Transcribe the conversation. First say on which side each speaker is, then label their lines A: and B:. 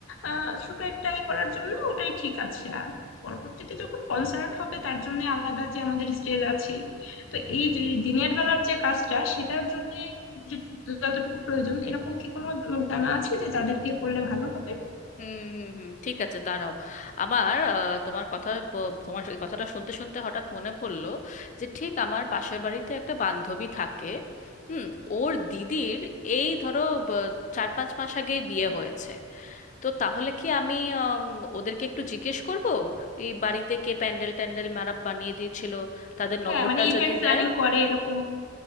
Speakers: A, on the left (about 85°); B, on the left (about 40°).
A: আহ, ছোট একটা ই করার জন্য ওটাই ঠিক আছে আর পরবর্তীতে যখন কনসার্ট হবে তার জন্য আলাদা যে আমাদের স্টেজ আছেই তো এই যে দিনের বেলার যে কাজটা সেটার জন্য যে যতটুকু প্রয়োজন এরকম কি কোনো লোক জানা আছে যে যাদের দিয়ে করলে ভালো হবে
B: হুম হুম হুম ঠিক আছে দাঁড়াও আমার আহ, তোমার কথা ব- তোমার এই কথাটা শুনতে শুনতে হঠাৎ মনে পড়লো যে ঠিক আমার পাশের বাড়িতে একটা বান্ধবী থাকে হুম ওর দিদির এই ধরো ব- চার পাঁচ মাস আগেই বিয়ে হয়েছে তো তাহলে কি আমি আম, ওদেরকে একটু জিজ্ঞেস করব এই বাড়িতে কে প্যান্ডেল ট্যান্ডেল মারাপ বানিয়ে দিয়েছিল তাদের নম্বরটা
A: হ্যাঁ মানে ইভেন্ট
B: যদি
A: প্ল্যানিং
B: দেয়
A: করে এরকম